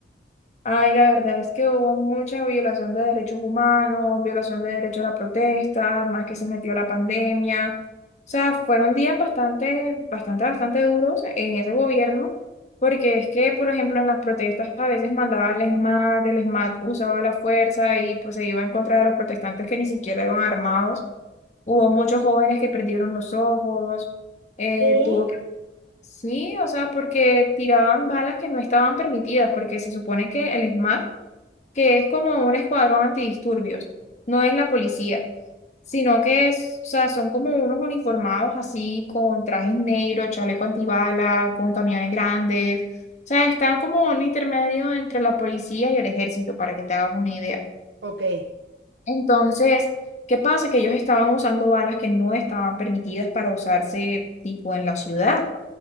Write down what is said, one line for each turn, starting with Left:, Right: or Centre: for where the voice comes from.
Left: Ay, la verdad es que hubo mucha violación de derechos humanos, violación de derecho a la protesta, más que se metió la pandemia. O sea, fueron días bastante, bastante, bastante duros en ese gobierno, porque es que, por ejemplo, en las protestas a veces mandaba al ESMAD, el ESMAD usaba la fuerza y pues se iba en contra de los protestantes que ni siquiera iban armados. Hubo muchos jóvenes que perdieron los ojos, eh,
Right: ¿Qué?
Left: tuvo que Sí, o sea, porque tiraban balas que no estaban permitidas, porque se supone que el ESMAD que es como un escuadrón antidisturbios, no es la policía, sino que es, o sea, son como unos uniformados así con trajes negros, chaleco antibala, con camiones grandes, o sea, están como un intermedio entre la policía y el ejército, para que te hagas una idea.
Right: Ok. ¿De
Left: Entonces, ¿qué pasa? Que ellos estaban usando balas que no estaban permitidas para usarse tipo en la ciudad.